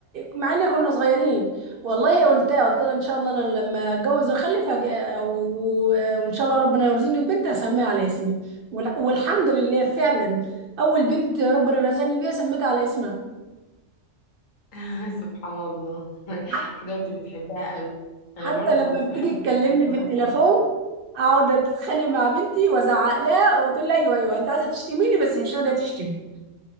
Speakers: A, on the right (about 60°); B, on the left (about 85°).
A: مع ان كنا صغيرين والله قلتها قلت لها ان شاء الله انا لما اتجوز واخلف هج- و- وان شاء الله ربنا يرزقني ببنت اسميها على اسمي وال- والحمد لله فعلا اول بنت ربنا رزقني بيها سميتها على اسمها
B: <laughs> سبحان الله <laughs>
A: ح-
B: كده انت بتحبها قوي
A: حتى
B: انا برضو
A: لما
B: كنت بحب
A: بتيجي تكلمني
B: اصحابي دول
A: في التليفون
B: قوي
A: اقعد اتخانق مع بنتي وازعق لها وتقول لي ايوه ايوه انت عايزه تشتميني بس مش راضيه تشتمي